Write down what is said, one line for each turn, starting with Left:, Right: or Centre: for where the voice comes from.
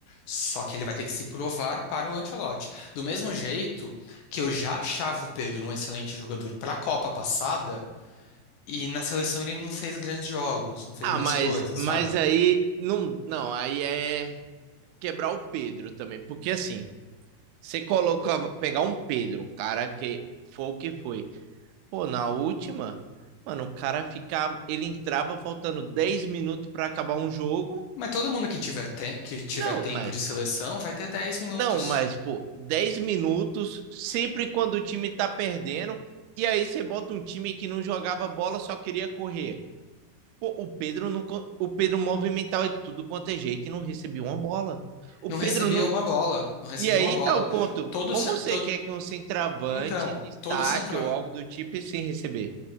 Left: Só que ele vai ter que se provar para o Ancelotti. Do mesmo jeito que eu já achava o Pedro um excelente jogador para a Copa passada, e na seleção ele não fez grandes jogos, não fez
Right: Ah,
Left: grandes
Right: mas,
Left: coisas,
Right: mas
Left: sabe?
Right: aí não, não, aí é quebrar o Pedro também, porque assim, você coloca, pegar um Pedro, o cara que foi o que foi. Pô, na última, mano, o cara ficava, ele entrava faltando 10 minutos para acabar um jogo.
Left: Mas todo mundo que tiver, tem- que tiver
Right: Não,
Left: tempo
Right: mas
Left: de seleção vai ter dez minutos.
Right: não, mas pô, 10 minutos sempre quando o time tá perdendo e aí você bota um time que não jogava bola, só queria correr. Pô, o Pedro não, o Pedro movimentava de tudo quanto é jeito e não recebia uma bola. O
Left: Não
Right: Pedro
Left: recebia
Right: não,
Left: uma bola, não recebia
Right: E aí
Left: uma bola.
Right: tá o ponto.
Left: Todo,
Right: Como
Left: cen-
Right: você
Left: todo,
Right: quer que um centroavante
Left: então,
Right: destaque
Left: todo centro,
Right: ou algo do tipo sem receber?